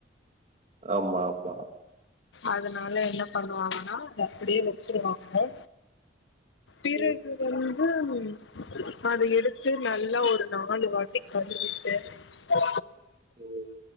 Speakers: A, on the right; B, on the left.
A: ஆமா ஆமா
B: அதனால என்ன பண்ணுவாங்கன்னா அப்டியே வச்சிருவாங்க <unintelligible> உ
A: ம்,
B: அத எடுத்து நல்லா ஒரு நாலு வாட்டி கழிவிட்டு ஆ
A: ம்,